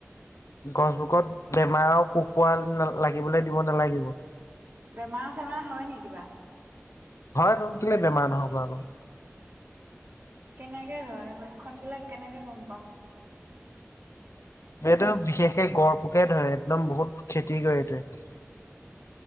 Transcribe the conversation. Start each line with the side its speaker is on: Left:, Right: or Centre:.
Left: গছবোৰত বেমাৰৰ পোক-পৰুৱা লাগিবলৈ দিব নালাগিব।
Right: বেমাৰ-চেমাৰ হয় নেকি কিবা?
Left: হয়তো, কেলেই বেমাৰ নহ'ব আকৌ।
Right: কেনেকে হয লক্ষণবিলাক কেনেকে গম পাম?
Left: এইটো বিশেষকে গড় পোকে ধৰে, একদম বহুত ক্ষতি কৰে এইটোৱে।